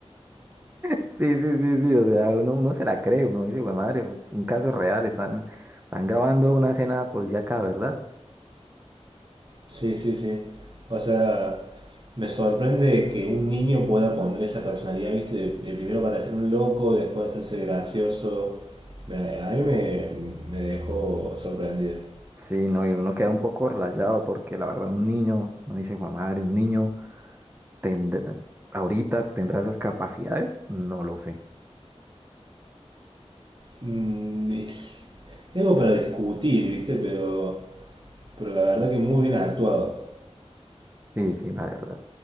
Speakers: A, on the right; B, on the right.
A: Sí, sí, sí, sí, o sea, uno, uno se la cree, uno dice, güey, madre, es un caso real, están, están grabando una escena policíaca, ¿verdad?
B: Sí, sí, sí. O sea, Me sorprende que un niño pueda poner esa personalidad, ¿viste? De, de primero parecer un loco, después hacerse gracioso. Me- a mí me, me dejó sorprendido.
A: Sí, no, y uno queda un poco rayado porque la verdad un niño, uno dice, güey, madre, un niño tendrá- ahorita tendrá esas capacidades, no lo sé.
B: Mm, es algo para discutir, ¿viste? Pero, pero la verdad que muy bien actuado.
A: Sí, sí, la verdad.